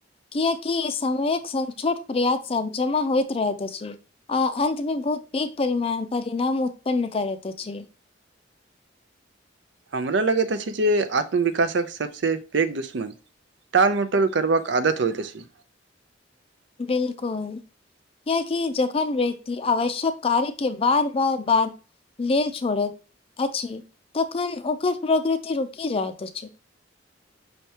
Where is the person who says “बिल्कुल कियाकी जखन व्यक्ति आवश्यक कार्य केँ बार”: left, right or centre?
Left